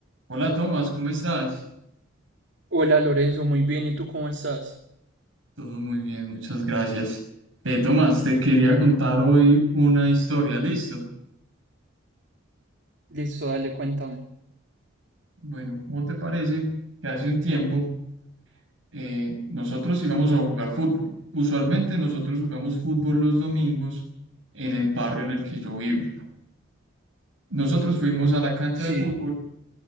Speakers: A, on the right (about 75°); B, on the right (about 60°).
A: Hola Tomás, ¿cómo estás?
B: Hola Lorenzo, muy bien, ¿y tú cómo estás?
A: Todo muy bien, muchas gracias. Eh, Tomás, te quería contar hoy una historia, ¿listo?
B: Listo, dale, cuéntame.
A: Bueno, ¿cómo te parece que hace un tiempo eh, nosotros íbamos a jugar fútbol? Usualmente nosotros jugamos fútbol los domingos en el barrio en el que yo vivo. Nosotros fuimos a la cancha
B: Sí.
A: de fútbol